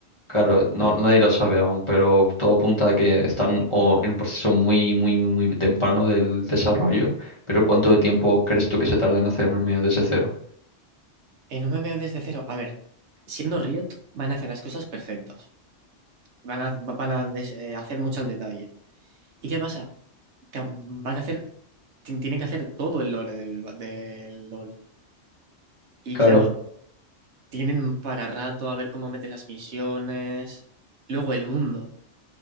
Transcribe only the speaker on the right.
En un MMO desde cero, a ver, siendo Riot, van a hacer las cosas perfectas. Van a, van a des- eh, hacer mucho al detalle. ¿Y qué pasa? Que van a hacer, ti- tienen que hacer todo el lore del, del LoL. Y
claro, tienen para rato a ver cómo meten las misiones. Luego el mundo,